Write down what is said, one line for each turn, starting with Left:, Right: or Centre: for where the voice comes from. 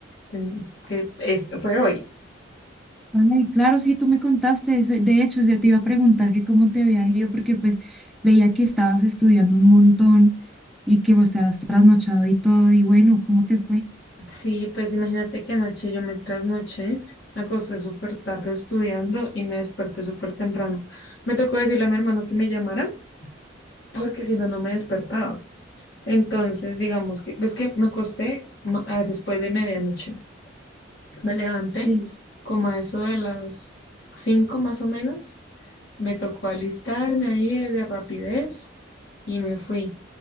Left: ten- que es, fue hoy.
Centre: Ay, claro, sí, tú me contaste eso. De hecho, yo te iba a preguntar que cómo te había ido, porque pues veía que estabas estudiando un montón y que vos te habías trasnochado y todo. Y bueno, ¿cómo te fue?
Left: Sí, pues imagínate que anoche yo me trasnoché, me acosté súper tarde estudiando y me desperté súper temprano. Me tocó decirle a mi hermano que me llamara porque si no, no me despertaba. Entonces, digamos que, ves que me acosté ma- ah, después de medianoche. Me levanté
Centre: Sí.
Left: como a eso de las 5 más o menos. Me tocó alistarme ahí de rapidez y me fui.